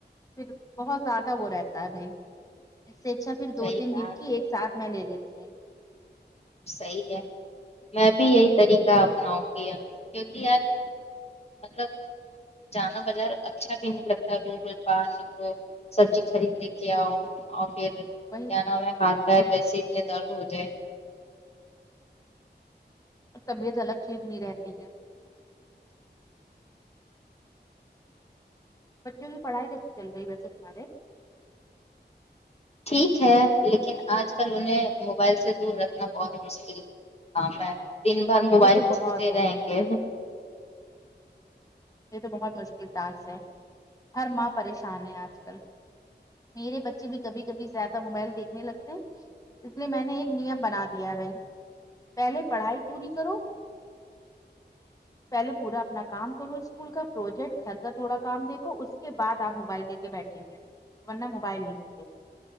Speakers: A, on the left; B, on the left.
A: پھر بہت زیادہ وہ رہتا ہے بھائی اس سے اچھا پھر دو
B: صحیح
A: تین
B: کہا
A: دن کی ایک ساتھ میں لے لیتی ہوں
B: صحیح ہے میں بھی یہی طریقہ اپناؤں گی اب کیونکہ اج مطلب جانا بازار اچھا بھی نہیں لگتا روز باہر نکلو سبزی خرید لے کے آؤ اور پھر
A: وہی
B: کیا نا ہمیں ہاتھ پیر ویسے میں درد ہوتے ہیں
A: اور طبیعت الگ ٹھیک نہیں رہتی ہے بچوں کی پڑھائی کیسی چل رہی ویسے تمہارے
B: ٹھیک ہے لیکن آج کل انہیں موبائل سے دور رکھنا بہت مشکل کام ہے دن بھر موبائل
A: یہ تو
B: میں
A: بہت
B: گھسے
A: ہوں
B: رہیں گے
A: یہ تو بہت مشکل ٹاسک ہے ہر ماں پریشان ہے آج کل میرے بچے بھی کبھی کبھی زیادہ موبائل دیکھنے لگتے ہیں اس لیے میں نے ایک نیم بنا دیا ہے بھائی پہلے پڑھائی پوری کروں پہلے پورا اپنا کام کرو اس کول کا پروجیکٹ گھر کا تھوڑا کام دیکھو اس کے بعد آپ موبائل لے کے بیٹھیں گے ورنہ موبائل نہیں